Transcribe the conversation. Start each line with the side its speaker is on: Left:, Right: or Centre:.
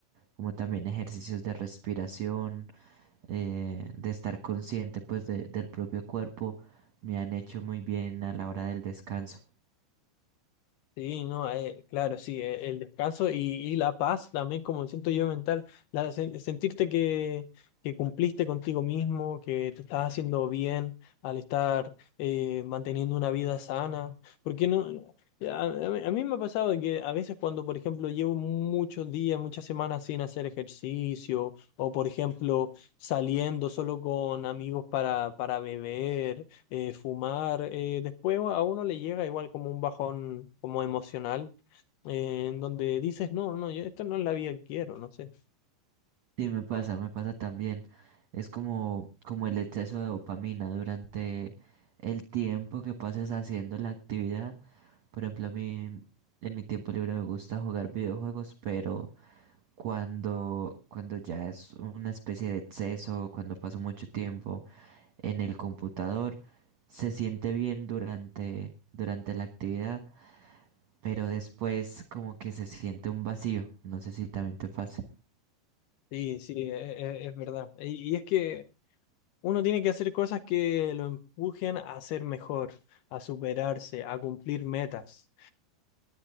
Right: como también ejercicios de respiración, eh, de estar consciente pues de- del propio cuerpo, me han hecho muy bien a la hora del descanso.
Left: Sí, no, eh, claro, sí, eh, el descanso y, y la paz también como siento yo mental, la, sen- sentirte que, que cumpliste contigo mismo, que te estás haciendo bien al estar eh, manteniendo una vida sana, porque no, a, a mí a mí me ha pasado que a veces cuando, por ejemplo, llevo muchos días, muchas semanas sin hacer ejercicio, o por ejemplo, saliendo solo con amigos para, para beber eh, fumar, eh, después a uno le llega igual como un bajón como emocional, eh, en donde dices, no, no, yo esto no es la vida que quiero, no sé.
Right: Sí, me pasa, me pasa también. Es como, como el exceso de dopamina durante el tiempo que pases haciendo la actividad. Por ejemplo, a mí en mi tiempo libre me gusta jugar videojuegos, pero cuando, cuando ya es una especie de exceso, cuando paso mucho tiempo en el computador, se siente bien durante, durante la actividad, pero después como que se siente un vacío. No sé si también te pasa.
Left: Sí, sí, e- e- es, verdad. Y, y es que uno tiene que hacer cosas que lo empujen a ser mejor, a superarse, a cumplir metas.